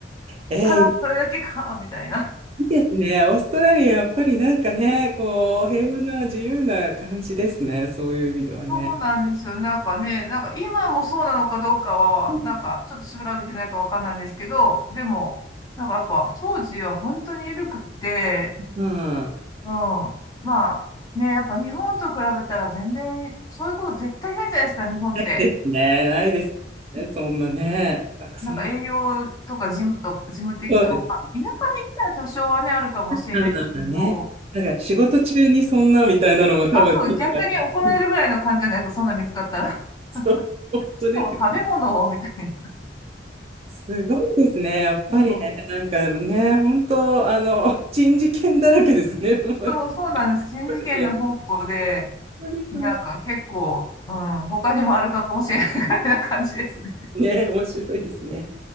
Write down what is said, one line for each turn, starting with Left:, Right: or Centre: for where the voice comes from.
Right: えー
Left: ただそれだけか、みたいな。
Right: いいですね。オーストラリア、やっぱりなんかね、こう、平和な自由な感じですね。そういう意味ではね。
Left: そうなんですよ。なんかね、なんか今もそうなのかどうかは、
Right: うん。
Left: なんかちょっと調べてないかわかんないんですけど、でも、なんかやっぱ当時は本当に緩くって、
Right: うん
Left: うん。まあね、やっぱ日本と比べたら全然そういうこと絶対ないじゃないですか、日本って。
Right: ですね。ないですね。そんなね。
Left: うんなんか営業
Right: なんかそんな、
Left: とか事務と、事務的とか、
Right: そうです。
Left: まあ、田舎に行ったら多少はね、あるかもしれないけど、
Right: まあまあまあね。なんか仕事中にそんなみたいなのも多分、
Left: あ、そう、
Right: ちょっと
Left: 逆に怒られるぐらいの感じじゃないですか、そんな見つかったら。<laughs>
Right: そう、本当ですよ。
Left: しかも食べ物を、みたいな。
Right: すごいですね。やっぱりね。
Left: うん
Right: なんかね、本当、あの、珍事件だらけですね。もう、やっ
Left: そう、そうなんです。新次元の方向で、
Right: ぱり、やっぱりすごい。
Left: なんか結構、うん、他にもあるかもしれない <laughs> からな感じですね。
Right: ね、面白いですね。